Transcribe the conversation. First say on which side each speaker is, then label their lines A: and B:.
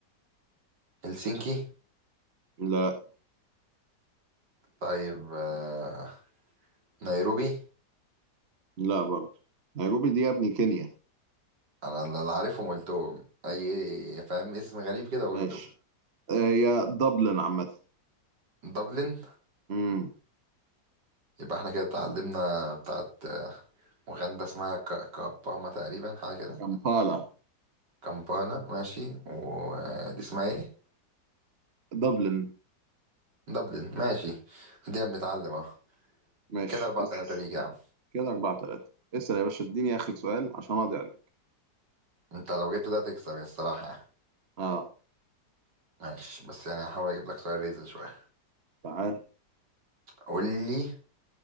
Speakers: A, on the right; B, on the right.
A: هلسنكي
B: لا
A: طيب آه نيروبي
B: لا برضه نيروبي دي يا ابني كينيا
A: انا اللي عارفهم قلتهم اي فاهم اسم غريب كده قلته
B: ماشي آه، هي دبلن عامة
A: دبلن
B: امم
A: يبقى احنا كده اتعلمنا بتاعت آه، وغندا اسمها ك- كاباما تقريبا حاجة كده
B: كامبالا
A: كامبالا ماشي ودي اسمها ايه
B: دبلن
A: دبلن ماشي دي بنتعلم اهو
B: ماشي
A: كده أربعة
B: اسأل
A: تلاتة ماشي ليك يا عم
B: كده أربعة تلاتة اسأل يا باشا اديني آخر سؤال عشان أقضي عليك
A: انت لو جبت ده تكسب يا الصراحة يعني.
B: اه
A: ماشي بس يعني هحاول اجيب لك سؤال ريزل شوية
B: تعال
A: قول لي